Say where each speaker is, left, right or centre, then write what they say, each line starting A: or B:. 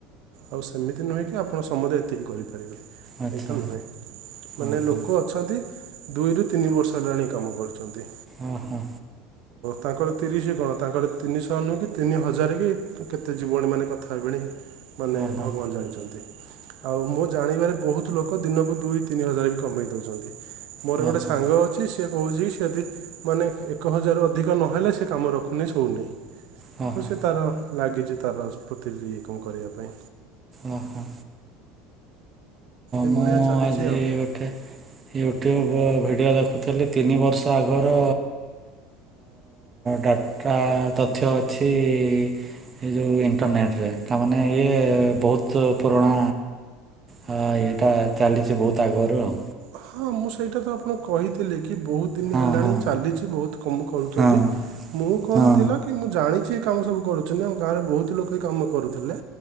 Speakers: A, on the right; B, on the right.
A: ଆଉ ସେମିତି ନୁହେଁ କି ଆପଣ ସମସ୍ତେ ଏତିକି କରିପାରିବେ
B: ଆଚ୍ଛା
A: ଏଇଟା ନୁହେଁ ମାନେ
B: ଓହୋ
A: ଲୋକ ଅଛ <unintelligible> ଦୁଇରୁ ତିନି ବର୍ଷ ହେଲାଣି ଏ ଇ କାମ କରୁଛନ୍ତି
B: ଓ ହୋ।
A: ତାଙ୍କର ତିରିଶ କଣ ତାଙ୍କର ତିନିଶହ ନୁହେଁ କି ତିନି ହଜାର କି କେତେ ଜୀବଣି ମାନେ କଥା ହେବେ <unintelligible> ମାନେ
B: ଓହୋ
A: ଭଗବାନ ଜାଣିଛନ୍ତି ଆଉ ମୁଁ ଜାଣିବାରେ ବହୁତ ଲୋ ଦିନକୁ ଦୁଇ ତିନି ହଜାର ବି କମେଇ ଦଉଛନ୍ତି ମୋର
B: ହଁ
A: ଗୋଟେ
B: ହଁ
A: ସାଙ୍ଗ ଅଛି ସେ କହୁଛି ସେଯଦି ମାନେ ଏକ ହଜାରରୁ ଅଧିକ ନହେଲେ ସେ କାମ ରଖୁନି ଶୋଉନି।
B: ହଁ
A: ତ
B: ହଁ
A: ସେ ତାର ଲାଗିଛି ତାର <unintelligible> କରିବା ପାଇଁ।
B: ଓ ହୋ।
A: ଏଇ
B: ମୁଁ
A: ଭଳିଆ ଚାଲିଛି
B: ଆଜି
A: ଆଉ।
B: ଗୋଟେ ୟୁଟ୍ୟୁବ୍ ଭିଡ଼ିଓ ଦେଖୁଥିଲି ତିନି ବର୍ଷ ଆଗର ଡାଟା ତଥ୍ୟ ଅଛି ଏ ଯେଉଁ ଇଣ୍ଟରନେଟ୍ରେ ତାମାନେ ଇଏ ବହୁତ ପୁରୁଣା ହଁ ଏଇଟା ଚାଲିଛି ବହୁତ ଆଗରୁ ଆଉ।
A: ହଁ ମୁଁ ସେଇଟା ତ ଆପଣଙ୍କୁ କହିଥିଲି କି ବହୁତ ଦିନ
B: ଆଉ
A: ହେଲାଣି
B: ହଁ
A: ଚାଲିଛି ବହୁତ କମ କରୁଛନ୍ତି,
B: ହଁ
A: ମୁଁ କଣ
B: ହଁ
A: ଥିଲା କି ମୁଁ ଜାଣିଛି ଏ କାମ ସବୁ କରୁଛନ୍ତି ଆମ ଗାଁରେ ବହୁତ ଲୋକ ଏ କାମ କରୁଥିଲେ